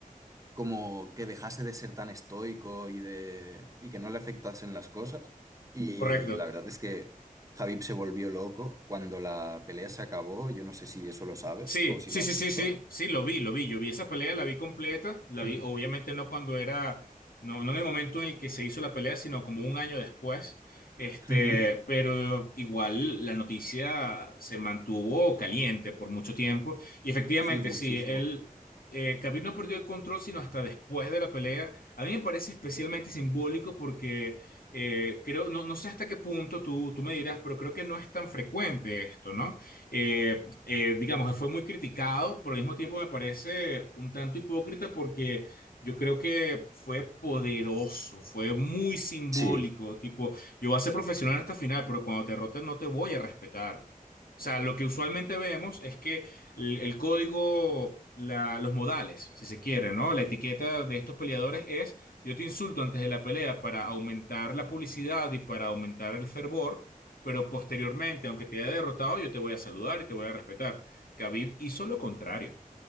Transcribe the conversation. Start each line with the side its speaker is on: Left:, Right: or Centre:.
Right: como que dejase de ser tan estoico y de y que no le afectasen las cosas. Y
Left: correcto.
Right: la verdad es que Javib se volvió loco cuando la pelea se acabó. Yo no sé si eso lo sabes
Left: Sí,
Right: o si
Left: sí,
Right: lo has
Left: sí, sí,
Right: visto.
Left: sí, sí, lo vi, lo vi, yo vi esa pelea, la vi completa, la vi
Right: Mm.
Left: obviamente no cuando era, no, no en el momento en el que se hizo la pelea, sino como un año después, este,
Right: Ujú.
Left: pero igual la noticia se mantuvo caliente por mucho tiempo y efectivamente
Right: Sí, muchísimo.
Left: sí, él, eh, Khabib no perdió el control sino hasta después de la pelea, a mí me parece especialmente simbólico porque eh, creo, no, no sé hasta qué punto tú, tú me dirás, pero creo que no es tan frecuente esto, ¿no? Eh, eh, digamos, fue muy criticado, pero al mismo tiempo me parece un tanto hipócrita porque yo creo que fue poderoso, fue muy simbólico,
Right: Sí,
Left: tipo, yo voy a ser profesional hasta el final, pero cuando te roten no te voy a respetar. O sea, lo que usualmente vemos es que el, el código, la- los modales, si se quiere, ¿no? La etiqueta de estos peleadores es, yo te insulto antes de la pelea para aumentar la publicidad y para aumentar el fervor pero posteriormente, aunque te haya derrotado, yo te voy a saludar y te voy a respetar. Khabib hizo lo contrario.